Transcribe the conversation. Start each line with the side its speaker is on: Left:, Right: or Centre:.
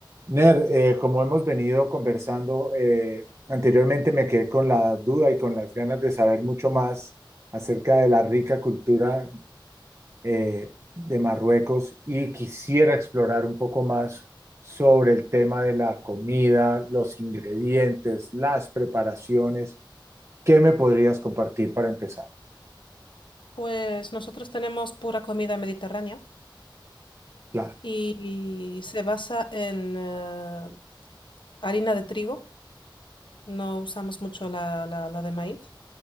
Right: Ner, eh, como hemos venido conversando eh, anteriormente, me quedé con la duda y con las ganas de saber mucho más acerca de la rica cultura eh, de Marruecos y quisiera explorar un poco más sobre el tema de la comida, los ingredientes, las preparaciones. ¿Qué me podrías compartir para empezar?
Left: Pues nosotros tenemos pura comida mediterránea
Right: Claro,
Left: y se basa en eh, harina de trigo, no usamos mucho la, la- la de maíz,